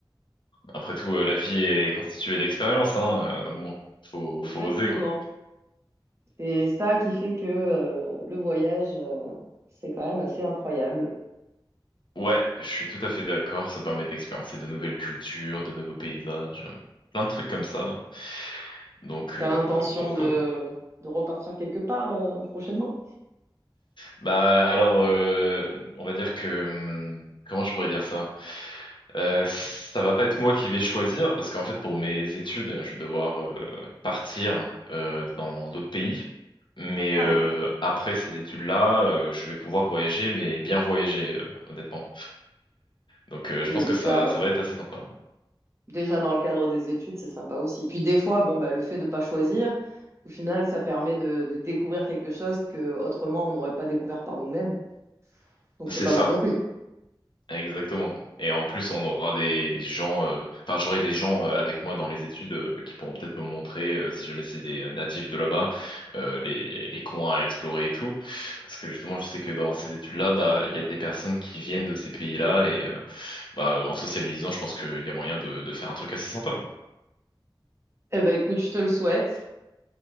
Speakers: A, on the left; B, on the right.
A: après tout, euh, la vie est constituée d'expériences, hein. euh, donc bon, faut,
B: exactement.
A: faut oser, quoi.
B: C'est ça qui fait que euh, le voyage, euh, c'est quand même assez incroyable.
A: Ouais, je suis tout à fait d'accord. Ça permet d'expérimenter de nouvelles cultures, de nouveaux paysages, euh, plein de trucs comme ça. Donc,
B: T'as
A: euh,
B: l'intention
A: donc
B: de,
A: ouais.
B: de repartir quelque part euh, prochainement?
A: Bah alors, euh, on va dire que hum, comment je pourrais dire ça? Euh, ça va pas être moi qui vais choisir parce qu'en fait pour mes études, je vais devoir euh, partir euh, dans d'autres pays. Mais
B: Ah,
A: euh,
B: d'accord.
A: après ces études-là, euh, je vais pouvoir voyager, mais bien voyager, euh, honnêtement. Donc euh,
B: Mais
A: je pense
B: déjà,
A: que ça, ça
B: euh,
A: va être assez sympa.
B: déjà dans le cadre des études, c'est sympa aussi. Puis des fois, bon, bah, le fait de pas choisir, au final, ça permet de, de découvrir quelque chose que autrement on n'aurait pas découvert par nous-mêmes. Donc
A: C'est
B: c'est pas
A: ça.
B: mal non plus.
A: Exactement. Et en plus, on aura des, des gens, euh, enfin, j'aurai des gens euh, avec moi dans les études euh, qui pourront peut-être me montrer, euh, si jamais c'est des euh, natifs de là-bas, euh, les, les coins à explorer et tout. Parce que justement, je sais que dans ces études-là, bah, il y a des personnes qui viennent de ces pays-là et euh, bah, euh, en sociabilisant, je pense qu'il y a moyen de, de faire un truc assez sympa.
B: Eh ben écoute, je te le souhaite.